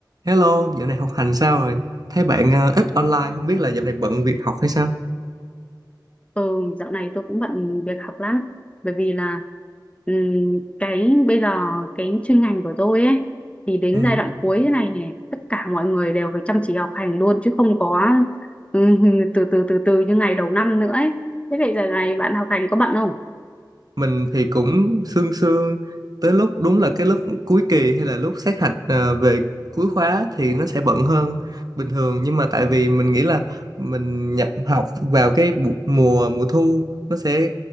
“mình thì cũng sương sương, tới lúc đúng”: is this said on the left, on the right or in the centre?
Right